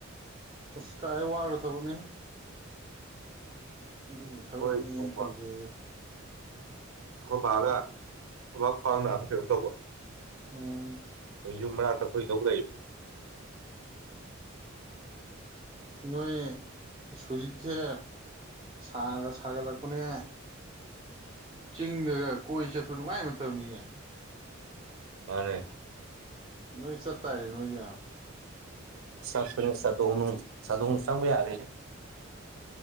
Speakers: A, on the right; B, on the right.
A: ꯑꯁ ꯀꯥꯏꯗꯩꯩ ꯋꯥꯒꯔꯕ ꯊꯕꯛꯅꯦ ꯎꯝ ꯑꯗꯨꯕꯨ
B: ꯑꯩꯈꯣꯏ
A: ꯊꯕꯛꯅꯦ
B: ꯅꯣꯡꯃ
A: ꯇꯧꯖꯩ
B: ꯑꯩ ꯈꯣꯏ ꯕꯥꯒꯥ ꯈꯋꯥꯡ ꯅꯥꯕꯔꯥ ꯀꯩꯅꯣ ꯇꯧꯕ
A: ꯎꯝ
B: ꯑꯩꯈꯣꯏ ꯌꯨꯝ ꯃꯅꯥꯛꯇ ꯑꯩꯈꯣꯏ ꯂꯧ ꯂꯩ
A: ꯅꯣꯏ ꯑꯁ ꯍꯧꯨꯖꯤꯛꯁꯦ ꯁꯥꯒ ꯁꯥꯒꯠꯂꯛꯄꯅꯦ ꯆꯤꯡꯗꯒ ꯀꯣꯏ ꯆꯠꯄ ꯅꯨꯡꯉꯥꯏꯕ ꯃꯇꯝꯅꯤꯅꯦ
B: ꯃꯥꯅꯦ
A: ꯅꯣꯏ ꯆꯠꯇꯥꯏꯅꯦ ꯅꯣꯏꯗꯤ ꯌꯥꯝ
B: ꯆꯠꯇꯣꯏꯅꯦ ꯆꯗꯣꯡꯅꯨꯡ ꯆꯗꯣꯡꯅꯨꯡ ꯆꯪꯕ ꯌꯥꯔꯦ